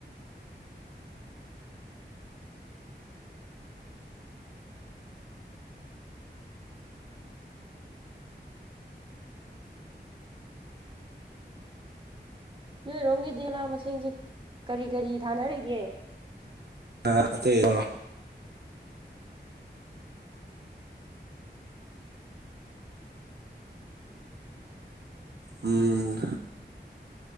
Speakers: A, on the right; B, on the right.
A: ꯅꯣꯏꯔꯣꯝꯒꯤ ꯗꯦꯂꯥ ꯃꯁꯤꯡꯁꯦ ꯀꯔꯤ ꯀꯔꯤ ꯊꯥꯅꯔꯤꯒꯦ
B: ꯑꯗ <inaudible> ꯎꯝ